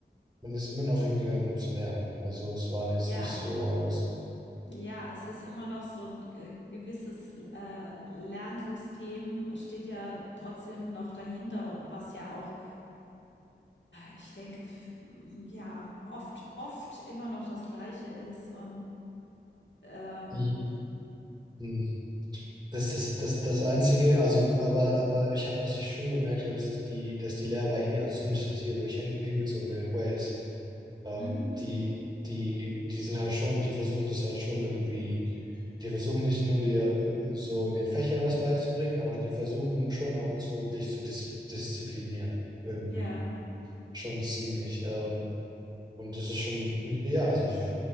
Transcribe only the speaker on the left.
Ja,
ja, es ist immer noch so ein äh, gewisses äh, Lernsystem, steht ja trotzdem noch dahinter, was ja auch, ich denke, f- ja, oft, oft immer noch das Gleiche ist. Und äh,
mhm,
ja,